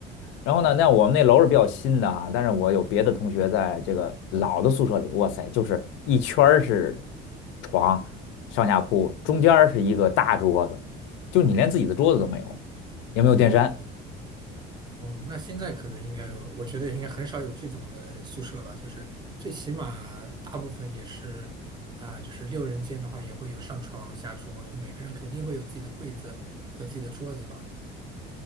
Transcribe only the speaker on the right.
哦哦，那现在可能应该，我觉得应该很少有这种的宿舍了。就是最起码大部分也是啊、就是六人间的话也会有上床下桌，就每个人肯定会有自己的柜子，有自己的桌子吧。